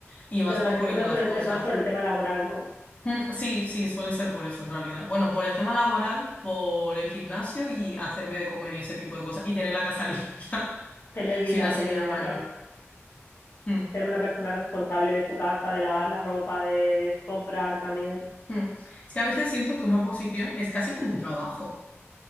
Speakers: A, on the left; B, on the left.
A: Y vas
B: Pero
A: posponiendo
B: las excusas
A: las
B: suelen
A: cosas.
B: ser más por el tema laboral, ¿no?
A: Mm, Sí, sí, suele ser por eso en realidad. Bueno, por el tema laboral, por el gimnasio y hacerme de comer y ese tipo de cosas. Y tener la casa <laughs> limpia.
B: Tener vida,
A: Soy una señora
B: tener vida,
A: mayor.
B: claro.
A: Mm,
B: Ser una persona responsable de su casa, de lavar la ropa, de comprar también.
A: mm. Es que a veces siento que una oposición es casi como
B: <clears throat>
A: un trabajo.